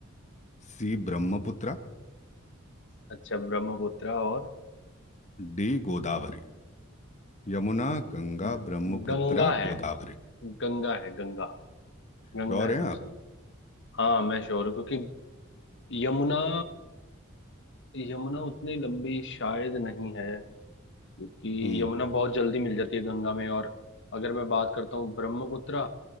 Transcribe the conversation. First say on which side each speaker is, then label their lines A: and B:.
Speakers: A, on the left; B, on the left.
A: C Brahmaputra
B: अच्छा ब्रह्मपुत्र और
A: D Godavari Yamuna Ganga
B: ग-
A: Brahmaputra
B: गंगा है
A: Godavari
B: गंगा है गंगा गंगा
A: Sure
B: है
A: हैं
B: सबसे
A: आप
B: हाँ मैं श्योर हूँ क्योंकि यमुना यमुना उतनी लंबी शायद नहीं है क्योंकि
A: हम्म
B: यमुना बहुत जल्दी मिल जाती है गंगा में और अगर मैं बात करता हूँ ब्रह्मपुत्र